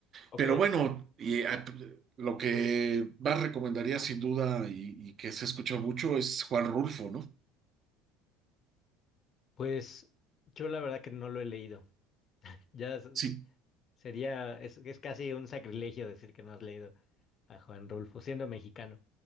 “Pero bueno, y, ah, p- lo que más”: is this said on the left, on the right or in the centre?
Right